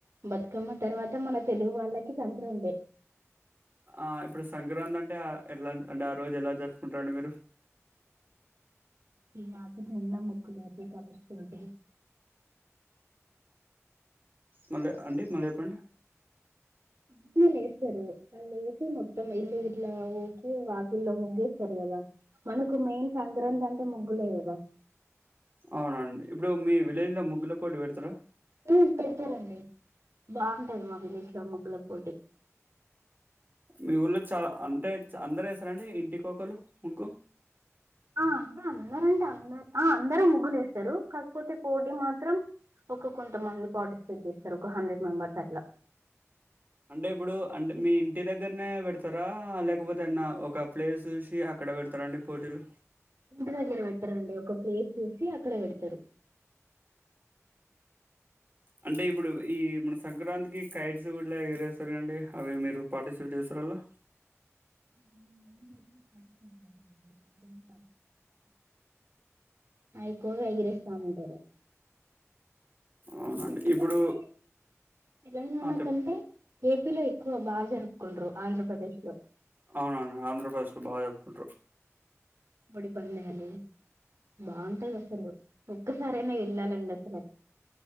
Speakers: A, on the right (about 70°); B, on the right (about 40°).
A: బతుకమ్మ తర్వాత మన తెలుగు వాళ్ళకి సంక్రాంతి
B: ఆ ఇప్పుడు సంక్రాంతి అంటే ఎలా అంటే ఆ రోజు ఎలా జరుపుకుంటారండి మీరు
A: వాక ఫనా ముగగాసిత ముశకల్ంట
B: మళ్ళీ అండి మళ్ళీ చెప్పండి
A: పొడునా లేస్తారు వల్లే మొత్తం ఇల్లు ఇట్లా గి వాకిల్లో ముగ్గేస్తారు కదా మనకు మెయిన్ సంక్రాంతి అంటే ముగ్గులే కదా
B: అవునండి ఇప్పుడు మీ విలేజ్ లో ముగ్గుల పోటు పెడతారా
A: మ్మ పేదతారంండి బాగుంటది మా విలేజ్ గ ముగ్గుల పోటి
B: మీ ఊళ్ళో చాలా అంటే అందర వేస్తారండి ఇంటి కోకలు ముగ్గు
A: అంటే అందరంటే అరు అందరుూ ముగ్గులు వేస్తారు కాకపోతే పోటీ మాత్రం ఒక కొంతమంది పార్టిసిపేట్ చేస్తారు ఒక హండ్రెడ్ మెంబర్స్ అట్లా
B: అంటే ఇప్పుడు అంటే మీ ఇంటి దగ్గరనే పెడతారా లేకపోతే ఏన్న ఒక ప్లేస్ చూసి అక్కడ పెడతారా అండి పోటీలు
A: ఇంటి దగ్గర పెట్టరండి ఒక ప్లేస్ చూసి అక్కడ పెడతారు
B: అంటే ఇప్పుడు ఈ మన సంక్రాంతికి కైడ్స్ కూడా ఎగరేస్తారు కండి అవి మీరు పార్టిసిపేట్ చేస్తారులా
A: నేను ఎప్పుడు చేయలేదండి. అంటే మా అయికోవ ఎగరేస్తటారు
B: అవునండి
A: సంక్రాంతి
B: ఇప్పుడు
A: అంటే తెలంగాణ
B: ఆ చెప్పండి
A: కంటే ఏపీ లో ఎక్కువ బాగా జరుపుకుంటురు ఆంధ్రప్రదేశ్ లో
B: అవునవును ఆంధ్రప్రదేశ్ లో బాగా జరుపుకుంట్రారు
A: బడి పల్యాలు బాగుంటది అసలు ఒక్కసారేనా వెళ్ళాలండి అది